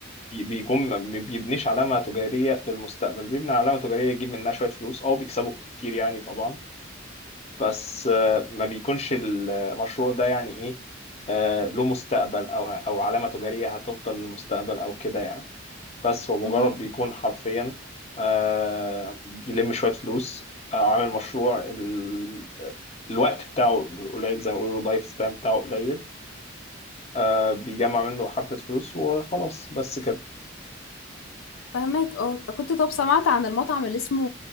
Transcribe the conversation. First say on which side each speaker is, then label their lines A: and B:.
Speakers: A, on the left (about 30°); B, on the left (about 70°).
A: بي- بيكون ما بي- بيبنيش علامة تجارية للمستقبل بيبني علامة تجارية يجيب منها شوية فلوس أو بيكسبوا كتير يعني طبعا بس آه، ما بيكونش المشروع ده يعني إيه آه، له مستقبل أو أو علامة تجارية هتفضل للمستقبل أو كده يعني بس هو
B: مهم.
A: مجرد بيكون حرفيا آه، بيلم شوية فلوس آه، عامل مشروع ال... الوقت بتاعه قليل زي ما بيقولوا اللايف سبان بتاعه قليل آه، بيجمع منه حبة فلوس وخلاص بس كده
B: فهماك اه طب كنت طب سمعت عن المطعم اللي اسمه